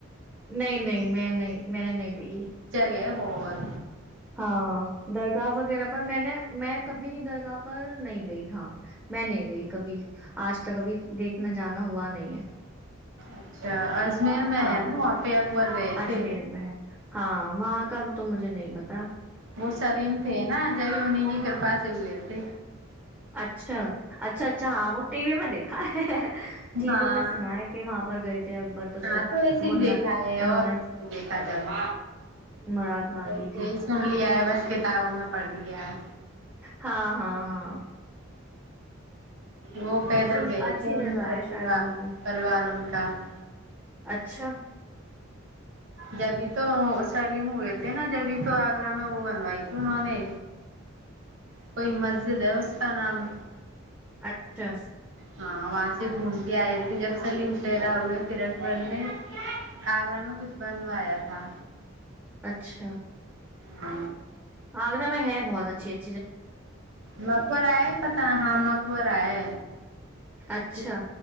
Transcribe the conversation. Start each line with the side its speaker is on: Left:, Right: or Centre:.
Centre: نہیں نہیں میں نہیں میں نے نہیں دی
Right: کہ بہت
Centre: ہاں درگاہ وغیرہ پر میں نے میں کبھی درگاہ پر نہیں گئی ہاں میں نہیں گئی کبھی آج تک ابھی دیکھنا جانا ہوا نہیں ہے
Right: اچھا اجمیر میں
Centre: ہاں
Right: ہے نا وہاں پہ اکبر گئے
Centre: اجمیر
Right: تھے
Centre: میں ہے ہاں وہاں کا تو مجھے نہیں پتا
Right: وہ سلیم تھے نا جب انہیں کی کرپ پاس ا ہوو تھ
Centre: اچھا اچھا اچھا ہاں وہ ٹی وی میں دیکھا ہے <inaudible> ٹی
Right: ہاں
Centre: وی میں سنا ہے کہ وہاں پر گئے تھے اکبر جب
Right: ہاں تو ایسے ہی
Centre: منا
Right: دیکھا
Centre: انہوں
Right: ہے اور کچھ نے دیکھا جب
Centre: مراد مانگی
Right: ایسے
Centre: تھی
Right: ہی سن لیا ہے بس کتابوں میں پڑھ لیا ہے
Centre: ہاں ہاں ہاں
Right: وہ پیدل
Centre: سن
Right: گئے
Centre: اچھی
Right: تھے
Centre: جگہ
Right: ان کا
Centre: ہے
Right: پورا
Centre: شاید وہ بھی
Right: پریوار ان کا <inaudible>
Centre: اچھا
Right: جبھی تو سلیم ہوئے تھے نا جبھی تو آگرہ میں وہ بنوائی تھی انہوں نے کوئی مسجد ہے اس کا نام
Centre: اچھا
Right: ہاں وہاں سے گھوم کے آئے تھے جب سلیم پیدا ہوئے پھر اکبر نے آگرہ میں کچھ بنوایا تھا
Centre: اچھا
Right: ہ
Centre: عالمی میں ہے بہت اچھی اچ
Right: مکر ہے پتا ہاں م ہوور ہے
Centre: اچھا
Right: ک